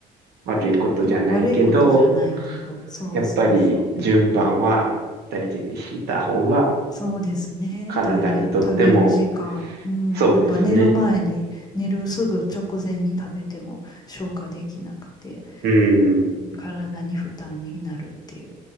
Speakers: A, on the right; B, on the left.
A: 悪いことじゃないけど、
B: うん、悪いことじゃないけど、そうそうそう。
A: やっぱり順番は大事にした方が
B: そうですね。
A: 体にとっても
B: タイミング、食べる時間、うん、
A: そうですね。
B: やっぱ寝る前に、寝るすぐ直前に食べても消化できなくて、
A: うん。
B: 体に負担になるっていう。